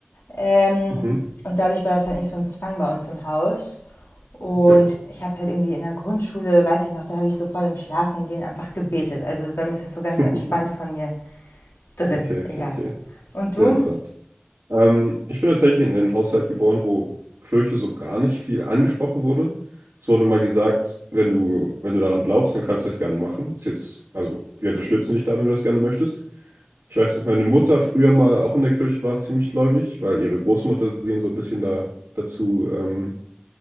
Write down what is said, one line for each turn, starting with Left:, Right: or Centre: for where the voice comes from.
Left: Ähm,
Right: Mhm.
Left: und dadurch war das halt nicht so ein Zwang bei uns im Haus. Und
Right: Okay.
Left: ich habe halt irgendwie in der Grundschule, weiß ich noch, da habe ich so vor dem Schlafengehen einfach gebetet. Also bei mir ist das so ganz
Right: <laughs>
Left: entspannt von mir drin,
Right: Okay, okay,
Left: ja.
Right: okay.
Left: Und
Right: Sehr
Left: du?
Right: interessant. Ähm, ich bin tatsächlich in einen Haushalt geboren, wo Kirche so gar nicht viel angesprochen wurde. Es wurde mal gesagt, wenn du, wenn du daran glaubst, dann kannst du das gerne machen. Ist jetzt, also wir unterstützen dich da, wenn du das gerne möchtest. Ich weiß, dass meine Mutter früher mal auch in der Kirche war, ziemlich gläubig, weil ihre Großmutter sie so ein bisschen da, dazu ähm,